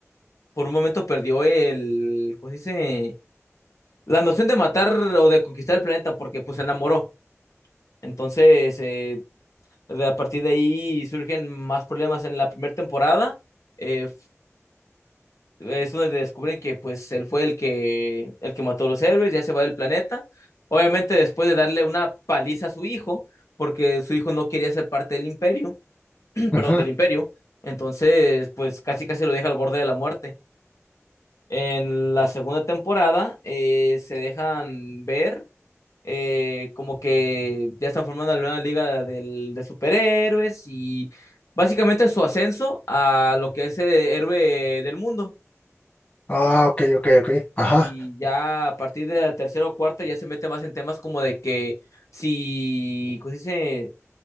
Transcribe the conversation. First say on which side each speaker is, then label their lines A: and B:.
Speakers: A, on the left; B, on the left.
A: por un momento perdió el, ¿cómo se dice? La noción de matar o de conquistar el planeta porque pues se enamoró. Entonces, eh, de- a partir de ahí surgen más problemas en la primera temporada. Eh, es donde descubren que pues él fue el que, el que mató a los héroes, ya se va del planeta. Obviamente después de darle una paliza a su hijo, porque su hijo no quería ser parte del imperio.
B: ujú,
A: perdón, del imperio. Entonces, pues casi casi lo deja al borde de la muerte. En la segunda temporada eh, se dejan ver eh, como que ya están formando la nueva liga del- de superhéroes y básicamente su ascenso a lo que es el héroe del mundo.
B: Ah, ok, ok, ok. Ajá,
A: Y ya a partir de la tercera o cuarta ya se mete más en temas como de que si, ¿cómo se dice?